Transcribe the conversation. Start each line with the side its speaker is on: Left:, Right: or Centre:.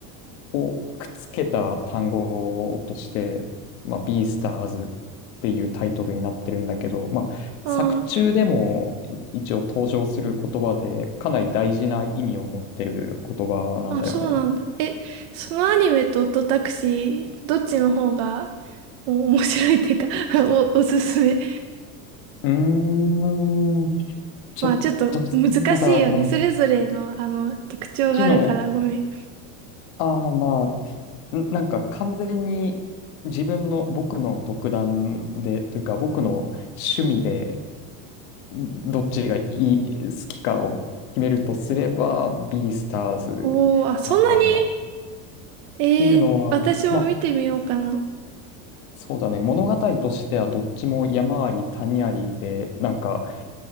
Left: をくっつけた単語として、まあ、ビースターズっていうタイトルになってるんだけど、まあ、
Right: あー、
Left: 作中でも一応登場する言葉で、かなり大事な意味を持ってる言葉なんだよね。
Right: あ、そうなんだ。え、そのアニメとオットタクシー、どっちの方がお <laughs> 面白いっていうか <laughs> お、おすすめ。
Left: うーん、ちょっとそうだね。
Right: まあちょっと難しいよね。それぞれのあの特徴があるからごめん。
Left: 知の、ああまあ、んなんか完全に自分の僕の独断で、というか僕の趣味でどっちがいい、好きかを決めるとすれば、ビースターズかなっ
Right: おー、あ、そんなにえー、
Left: ていうのは、
Right: 私も見てみようかな。
Left: まあ、そうだね、物語としてはどっちも山あり谷ありで、なんか、